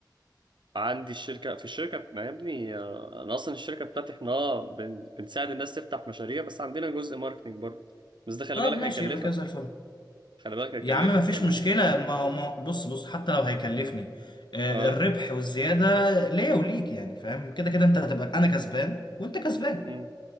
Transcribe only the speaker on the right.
عندي الشركة في الشركة ما يا ابني آه، انا اصلا الشركة بتاعتي احنا آه، بن... بنساعد الناس تفتح مشاريع بس عندنا جزء ماركتينج برضه بس ده خلي
بالك
هيكلفك
خلي بالك هيكلفك
يعني
اه
امم